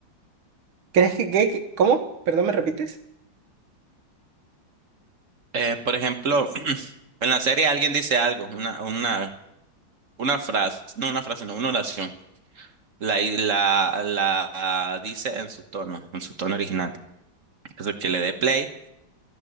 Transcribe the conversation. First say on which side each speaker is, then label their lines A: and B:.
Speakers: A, on the right (about 80°); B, on the right (about 45°).
A: ¿crees que, que, que- cómo? Perdón, ¿me repites?
B: Eh, por ejemplo, <clears throat> en la serie alguien dice algo, una, una, una frase, no una frase, no, una oración. La, la, la dice en su tono, en su tono original. Entonces que le dé play